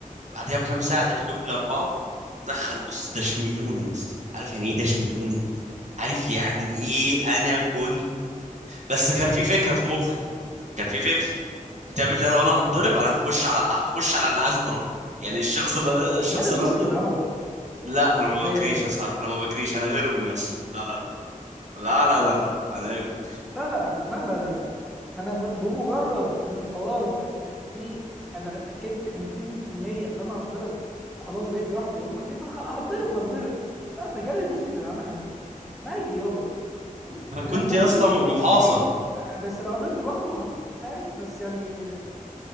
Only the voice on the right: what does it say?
بعدها بكام ساعه لقيته جاب لي اربعه دخلوا بص دشملوني يا اسطى عارف يعني ايه دشملوني عارف يعني ايه انا كنت بس كان في فكره في مخي كان في فكره كتاب اللي لو انا هتضرب انا هخش على هخش على اللي عايز اضربه يعني الشخص اللي الشخص
اللي
انا ضرب.
لا انا ما
بجريش
يا صاحبي انا ما بجريش انا ايروين يا اسطى لا لا لا لا لا لا لا لا، انا ايروين
انا
كنت
يا
اسطى محاصر